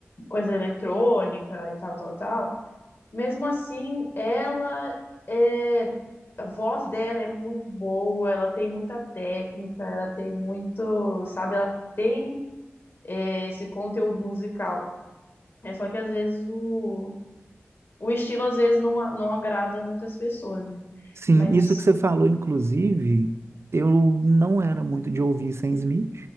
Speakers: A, on the left; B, on the right.
A: coisa eletrônica e tal, tal, tal. Mesmo assim, ela é. A voz dela é muito boa, ela tem muita técnica, ela tem muito, sabe, ela tem é, esse conteúdo musical. É só que às vezes o, o estilo às vezes não, a- não agrada muitas pessoas, né?
B: Sim,
A: Mas
B: isso que você falou, inclusive, eu não era muito de ouvir Sam Smith,